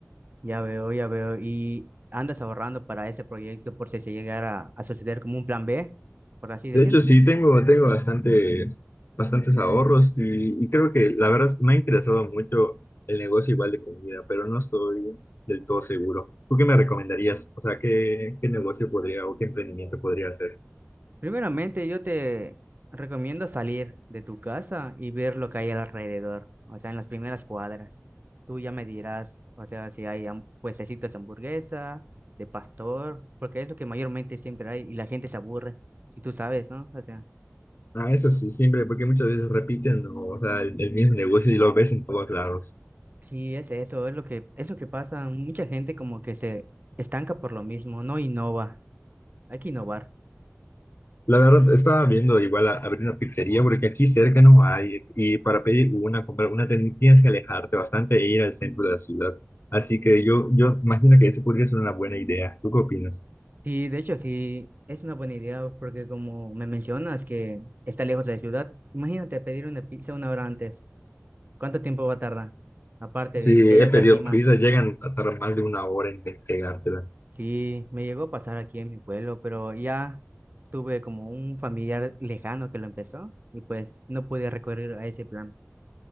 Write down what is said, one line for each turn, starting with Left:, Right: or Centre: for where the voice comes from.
Right: ya veo, ya veo. ¿Y andas ahorrando para ese proyecto por si se llegara a suceder como un plan B, por así decir?
Left: De hecho, sí, tengo, tengo bastante, bastantes ahorros y, y creo que la verdad me ha interesado mucho el negocio igual de comida, pero no estoy del todo seguro. ¿Tú qué me recomendarías? O sea, ¿qué, qué negocio podría o qué emprendimiento podría hacer?
Right: Primeramente, yo te recomiendo salir de tu casa y ver lo que hay alrededor, o sea, en las primeras cuadras. Tú ya me dirás, o sea, si hay ham- puestecitos de hamburguesa, de pastor, porque es lo que mayormente siempre hay y la gente se aburre, si tú sabes, ¿no? O sea,
Left: Ah, eso sí, siempre, porque muchas veces repiten, ¿no? O sea, el, el mismo negocio y lo ves en todos lados.
Right: sí, es eso, es lo que, es lo que pasa. Mucha gente como que se estanca por lo mismo, no innova. Hay que innovar.
Left: La verdad, estaba viendo igual a- abrir una pizzería porque aquí cerca no hay y para pedir una, comprar una, ten- tienes que alejarte bastante e ir al centro de la ciudad. Así que yo, yo imagino que esa podría ser una buena idea. ¿Tú qué opinas?
Right: Sí, de hecho, sí, es una buena idea porque como me mencionas que está lejos de la ciudad, imagínate pedir una pizza una hora antes. ¿Cuánto tiempo va a tardar? Aparte
Left: Sí,
Right: del que ellos
Left: he pedido
Right: la estiman.
Left: pizza, llegan a tardar más de una hora en entregártela.
Right: Sí, me llegó a pasar aquí en mi pueblo, pero ya tuve como un familiar lejano que lo empezó y pues no pude recurrir a ese plan.